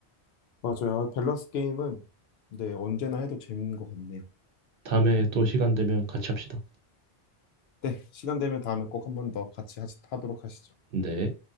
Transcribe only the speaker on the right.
다음에 또 시간 되면 같이 합시다.
네.